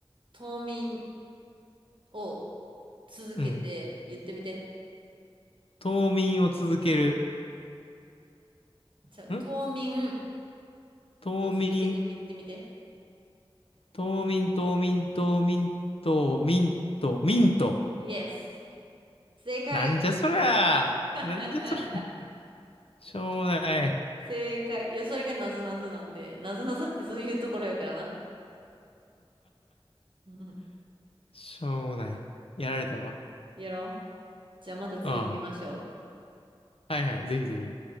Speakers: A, on the right; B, on the left.
A: 冬眠を続けて言ってみて。
B: うん。冬眠を続ける。
A: じゃあ、
B: ん
A: 冬眠
B: 冬眠、
A: を続けてみてみて。
B: 冬眠、冬眠、冬眠、冬眠、冬眠と、ミント。
A: Yes! 正解
B: なんじゃそりゃ。
A: <laughs>
B: なんじゃそりゃ。しょうもない。
A: 正解。いや、それがなぞなぞなんで、なぞなぞってそういうところやからな。うんうん。
B: しょうもない。やられたわ。
A: やろう。じゃあまた次行きましょう。
B: うん。はいはい。ぜひぜひ。